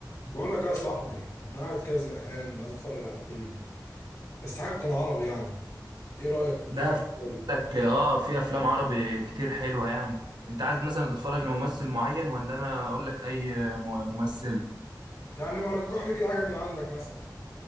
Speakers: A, on the left; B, on the right.
A: بقول لك ايه يا صاحبي انا قاعد كده زهقان عايز اتفرج على فيلم بس حاجه تكون عربي يعني ايه رايك في
B: لا
A: فيلم
B: في
A: كويس
B: لك اه في افلام عربي كتير حلوه يعني انت عايز مثلا تتفرج لممثل معين ولا انا اقول لك اي م- ممثل
A: يعني ما رجح لي كده حاجه من عندك مثلا